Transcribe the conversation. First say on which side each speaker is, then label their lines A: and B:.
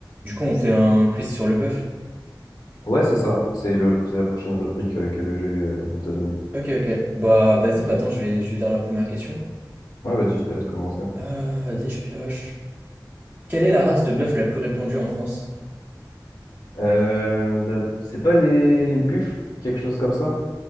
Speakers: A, on the right (about 25°); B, on the left (about 70°).
A: Du coup, on fait un quiz sur le bœuf.
B: Ouais, c'est ça. C'est le, c'est la prochaine rubrique euh, que le jeu euh, il nous a donnée.
A: Ok, ok. Bah, vas-y, bah, attends, je vais, je vais lire la première question.
B: Ouais, vas-y, je te laisse commencer.
A: Euh, vas-y, je pioche. Quelle est la race de bœuf la plus répandue en France?
B: Euh, la- C'est pas les, les buffles, quelque chose comme ça?